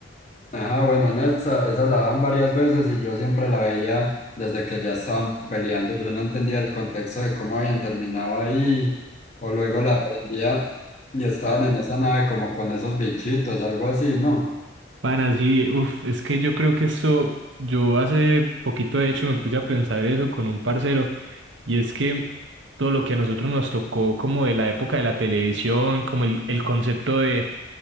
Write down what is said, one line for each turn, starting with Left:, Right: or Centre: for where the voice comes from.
Left: Ajá, bueno, en esa, esa la daban varias veces y yo siempre la veía desde que ya estaban peleando. Yo no entendía el contexto de cómo habían terminado ahí, o luego la aprendía y estaban en esa nave como con esos bichitos, algo así, ¿no?
Right: Bueno, sí, uf, es que yo creo que esto, yo hace poquito de hecho me puse a pensar eso con un parcero, y es que todo lo que a nosotros nos tocó como de la época de la televisión, como el, el concepto de,